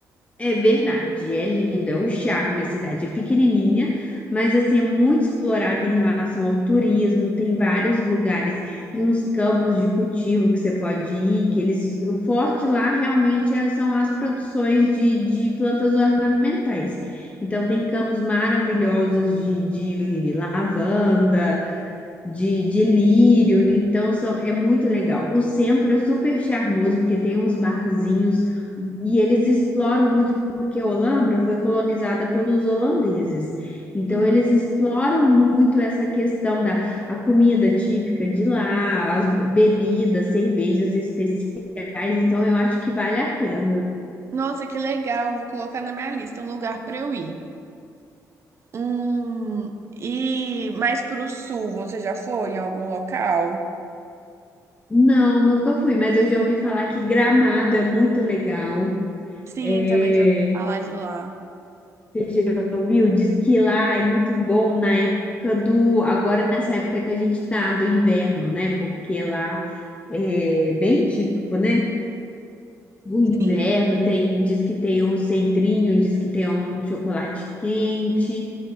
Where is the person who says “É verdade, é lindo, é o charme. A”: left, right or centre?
Left